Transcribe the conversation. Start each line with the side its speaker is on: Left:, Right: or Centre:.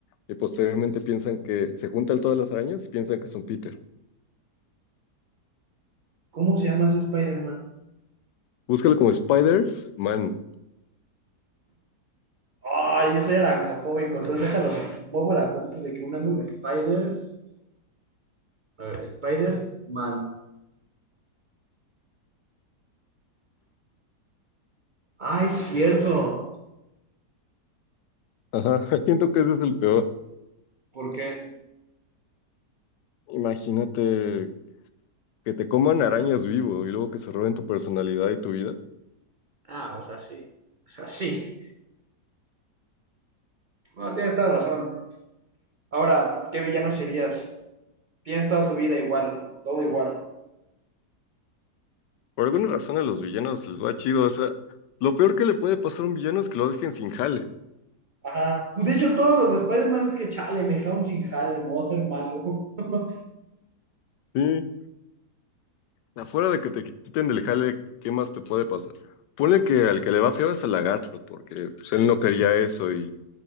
Left: y posteriormente piensan que se juntan todas las arañas y piensan que son Peter.
Right: ¿Cómo se llama ese Spider-Man?
Left: Búscalo como Spiders-Man.
Right: Ay, yo soy aracnofóbico, entonces déjalo. Pongo la compu de que una mu- Spiders. A ver, Spiders Man. Ah, es cierto.
Left: Ajá, <laughs> siento que ese es el peor.
Right: ¿Por qué?
Left: Imagínate que te coman arañas vivo y luego que se roben tu personalidad y tu vida.
Right: Ah, o sea, sí. O sea, sí. Bueno, tienes toda la razón. Ahora, ¿qué villano serías? Tienes toda su vida igual, todo igual.
Left: Por alguna razón a los villanos les va chido, o sea, lo peor que le puede pasar a un villano es que lo dejen sin jale.
Right: Ajá. Pues, De hecho, todos los de Spider-Man es que chale, me dejaron sin jale, me voy a hacer malo. <laughs>
Left: Sí. Afuera de que te quiten del jale, ¿qué más te puede pasar? Ponle que al que le va feo es al lagarto, porque pues, él no quería eso y